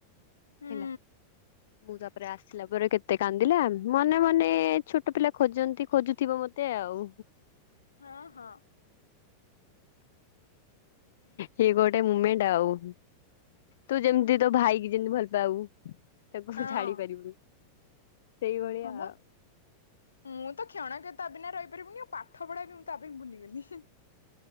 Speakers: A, on the left; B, on the left.
A: ହୁଁ
B: ହେଲା। ମୁଁ ତାପରେ ଆସିଲା ପରେ କେତେ କାନ୍ଦିଲା ମନେ ମନେ ଛୋଟ ପିଲା ଖୋଜନ୍ତି। ଖୋଜୁଥିବ ମତେ ଆଉ।
A: ହଁ ହଁ।
B: ସେଇ ଗୋଟେ ମୁମେଣ୍ଟ ଆଉ। ତୁ ଯେମିତି
A: ଉଁ
B: ତୋ ଭାଇକି ଯେମିତି ଭଲ ପାବୁ ତାକୁ
A: ହଁ
B: ଛାଡି ପାରିବୁନି। ସେଇଭଳିଆ
A: ହଁ ବା
B: ଆଉ।
A: ମୁଁ ତ କ୍ଷଣ କେ ତା ବିନା ରହିପାରିବିନି ଆଉପାଠ ପଢ଼ା ବି ମୁଁ ତା ପାଇଁ ଭୁଲିଗଲି।